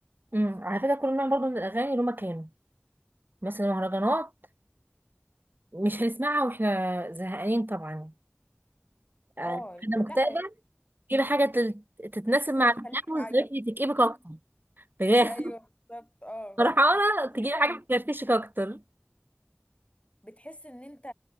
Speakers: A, on the right; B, on the left.
A: امم على فكره كل نوع برضو من الاغاني له مكانه مثلا المهرجانات مش هنسمعها واحنا زهقانين طبعا يعني
B: اه
A: آه، انا مكتئبه
B: لا
A: تجيبي حاجه تل- تتناسب مع الاكتئاب
B: تخليك تعيط
A: وتخليكي تكئبك
B: مم.
A: اكتر بجد
B: ايوه
A: <laughs>
B: بالظبط اه
A: فرحانه
B: بتحس ان
A: تجيبي حاجه
B: انت
A: تفرفشك اكتر
B: بتحس ان انت